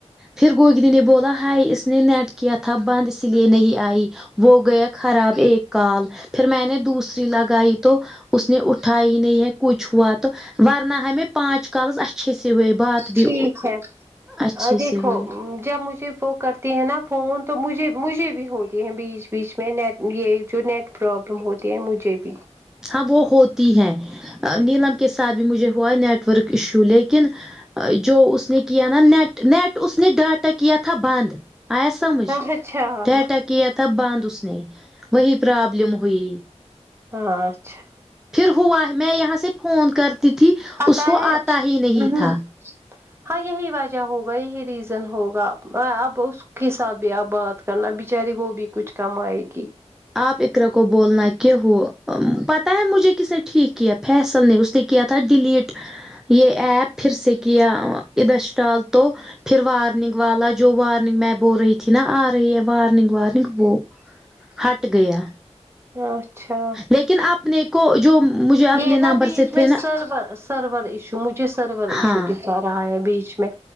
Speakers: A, in the centre; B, on the right (about 20°).
A: پھر گوگر ی نے بولا ہائی اس نے نیٹ کیا تھا بند اسی لیے نہیں آئی وہ گیا خراب ایک کال پھر میں نے دوسری لگائی تو اس نے اٹھائی ہی نہیں ہے کچھ ہوا تو ورنہ ہمیں پانچ کالس اچھے سے ہوئے بات بھی
B: ٹھیک ہے
A: اچھے
B: ا دیکھو
A: سے ہوئی
B: جب مجھے وہ کر تی ہیں نا فون تو مجھے مجھے بھی ہوتی ہیں بیچ بیچ میں نیٹ یہ جو نیٹ پرابلم ہوتی تی ہیں مجھے بھی
A: ہاں وہ ہوتی ہیں ا نیلم کے ساتھ بھی مجھے ہوا نیٹورک ایشو لیکن ا جو اس نے کیا نا نیٹ نیٹ اس نے ڈاٹا کیا تھا بند آیس سمجھ
B: اچھا ہوں
A: ڈاٹا کیا تھا بند اس نے وہی پرابلم ہوئی
B: اں اچھا
A: پھر ہوا ہے میں یہاں سے فون کرتی تھی
B: پتا
A: اس کو آتا ہی
B: ہے
A: نہیں تھا
B: ہاں یہی وجہ ہوگا یہی ریزن ہوگا ا اب اس کے ساتھ بھی آپ بات کرنا بچاری وہ بھی کچھ کم آئے گی
A: آپ ات رکھو بولنا کہ ہو ام پتہ ہے مجھے کس نے ٹھیک کیا فیصل نے اس نے کیا تھا ڈیلیٹ یہ ایپ پھر سے کیا ا ابسٹال تو پھر وارننگ والا جو وارننگ میں بو رہی تھی نا آ رہی ہے وارننگ وارننگ بو ہٹ گیا
B: اں اچھا
A: لیکن اپنے کو جو مجھے اپنے
B: یہ نا
A: نمبر
B: بیچ
A: سے
B: میں
A: تھے نا
B: سرورس سرور ایشو مجھے سرور ایشو
A: ہاں
B: دکھا رہا ہے بیچ میں